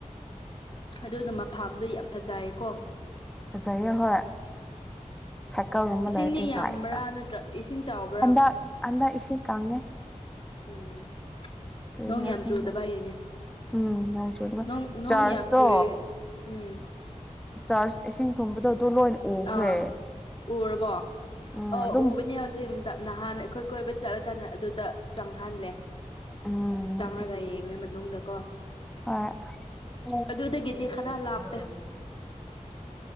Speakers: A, on the left; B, in the centre.
A: ꯑꯗꯨꯅ ꯃꯐꯥꯝꯗꯣ ꯌꯥꯝ ꯐꯖꯌꯦꯀꯣ
B: ꯖꯥꯏꯌꯦꯍꯣꯏ ꯁꯔꯀꯜꯒꯨꯝꯕ
A: ꯏꯁꯤꯡꯗꯤ
B: ꯂꯩꯔꯗꯤꯗ꯭ꯔꯥ
A: ꯌꯥꯝꯕ꯭ꯔꯥ
B: ꯑꯛꯇ
A: ꯅꯠꯇ꯭ꯔ ꯏꯁꯤꯡ ꯆꯥꯎꯕ꯭ꯔꯥ
B: ꯍꯟꯗꯛ ꯍꯟꯗꯛ ꯏꯁꯨ ꯀꯪꯉꯦ
A: ꯎꯝ
B: ꯀꯔꯤꯒꯤꯔꯥ
A: ꯅꯣꯡ ꯌꯥꯝ
B: ꯈꯪꯗꯦ
A: ꯆꯨꯗꯕꯌꯦꯅꯦ
B: ꯎꯝ ꯅꯣꯡ ꯆꯨꯗꯕ
A: ꯣꯡ ꯅꯣꯡ
B: ꯆꯥꯔꯖꯇꯣ
A: ꯌꯥꯝ ꯆꯨꯦ ꯎꯝ
B: ꯆꯥꯔꯖ ꯏꯁꯤꯡ ꯊꯨꯝꯕꯗꯣ ꯑꯗꯨ ꯂꯣꯏꯅ ꯎꯈ꯭ꯔꯦ
A: ꯑꯥ ꯎꯔꯔꯕ
B: ꯎꯝ
A: ꯑꯣ
B: ꯑꯗꯨꯝ
A: ꯎꯕꯅꯦ ꯍꯧꯖꯤꯛ ꯅꯍꯥꯟ ꯑꯩꯈꯣꯏ ꯀꯣꯏꯕ ꯆꯠꯂꯀꯥꯟꯗ ꯑꯗꯨꯗ ꯆꯪꯍꯜꯂꯦ
B: ꯎꯝ
A: ꯆꯪꯉꯒ ꯌꯦꯡꯉꯦ ꯃꯅꯨꯡꯗꯀꯣ
B: ꯑꯣꯏ
A: ꯑꯗꯨꯗꯒꯤꯗꯤ ꯈꯔ ꯂꯥꯞꯄꯦ